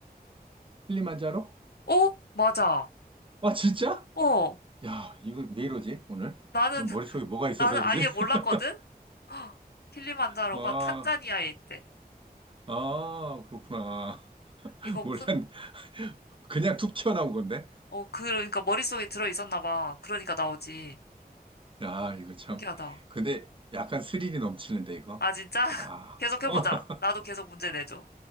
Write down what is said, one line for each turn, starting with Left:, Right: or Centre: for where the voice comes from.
Right: 킬리만자로?
Left: 어? 맞아.
Right: 아, 진짜?
Left: 어.
Right: 야, 이건 왜 이러지, 오늘?
Left: 나는,
Right: 너 머릿속에
Left: <laughs>
Right: 뭐가 있어서
Left: 나는
Right: 그러지?
Left: 아예
Right: <laughs>
Left: 몰랐거든? 헉, 킬리만자로가
Right: 아,
Left: 탄자니아에 있대.
Right: 아, 그렇구나.
Left: 음.
Right: <laughs>
Left: 이거 무슨,
Right: 몰랐네. 그냥 툭 튀어나온 건데?
Left: 어, 그, 그러니까 머릿속에 들어 있었나 봐. 그러니까 나오지.
Right: 야, 이거 참.
Left: 신기하다.
Right: 근데 약간 스릴이 넘치는데, 이거?
Left: 아, 진짜? <laughs>
Right: 와.
Left: 계속해보자.
Right: <laughs>
Left: 나도 계속 문제 내줘.